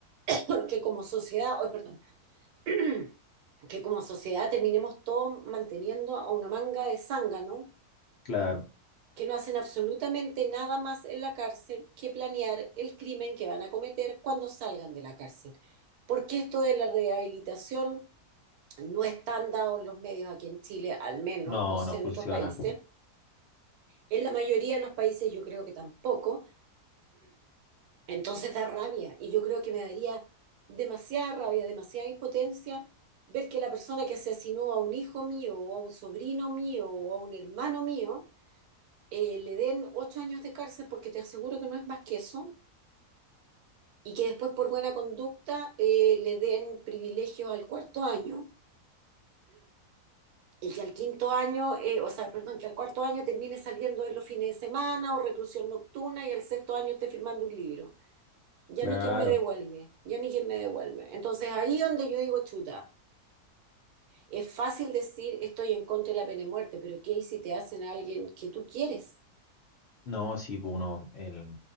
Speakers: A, on the right (about 75°); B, on the left (about 60°).
A: porque como sociedad, oh perdón <clears throat> que como sociedad terminemos todos manteniendo a una manga de zánganos
B: claro.
A: que no hacen absolutamente nada más en la cárcel que planear el crimen que van a cometer cuando salgan de la cárcel. Porque esto de la rehabilitación no están dados los medios aquí en Chile, al menos,
B: No,
A: no sé,
B: no funciona.
A: en otros países. En la mayoría de los países yo creo que tampoco. Entonces da rabia y yo creo que me daría demasiada rabia, demasiada impotencia ver que la persona que asesinó a un hijo mío o a un sobrino mío o a un hermano mío eh, le den ocho años de cárcel porque te aseguro que no es más que eso y que después por buena conducta eh, le den privilegios al cuarto año y que al quinto año, eh, o sea, perdón, que al cuarto año termine saliendo en los fines de semana o reclusión nocturna y al sexto año esté firmando un libro. ¿Y
B: Claro.
A: a mí quién me devuelve? ¿Y a mí quién me devuelve? Entonces ahí donde yo digo, chuta, es fácil decir estoy en contra de la pena de muerte, pero ¿qué hay si te hacen a alguien que tú quieres?
B: No, sí, pues uno el-